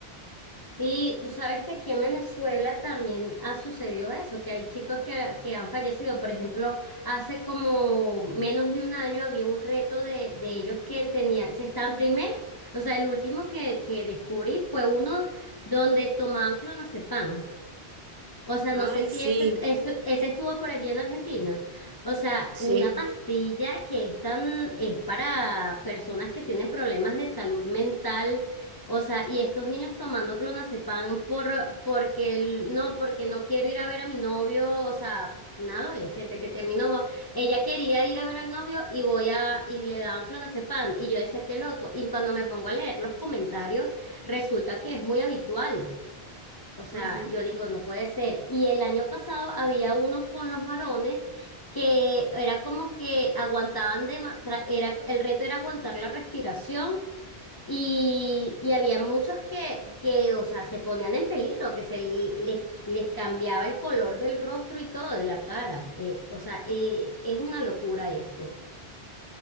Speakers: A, on the left (about 40°); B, on the right (about 70°).
A: Sí, tú sabes que aquí en Venezuela también ha sucedido eso, que hay chicos que, que han fallecido. Por ejemplo, hace como menos de un año había un reto de, de ellos que tenían, se estaban primero, o sea, el último que, que descubrí fue uno donde tomaban clonazepam. O sea,
B: Ay,
A: no sé si
B: sí,
A: ese, ese, ese estuvo por allí en Argentina. O sea,
B: sí.
A: una pastilla que es tan, es para personas que tienen problemas de salud mental. O sea, y estos niños tomando clonazepam por, porque el- no, porque no quiero ir a ver a mi novio. O sea, una adolescente que terminó, ella quería ir a ver al novio y voy a, y le daban clonazepam. Y yo decía, qué loco. Y cuando me pongo a leer los comentarios, resulta que es muy habitual. O sea,
B: ujú,
A: yo digo, no puede ser. Y el año pasado había uno con los varones que era como que aguantaban de, ma- tra- era, el reto era aguantar la respiración y, y había muchos que, que, o sea, se ponían en peligro, que se le- les, les cambiaba el color del rostro y todo, de la cara. Eh, o sea, eh, es una locura esto.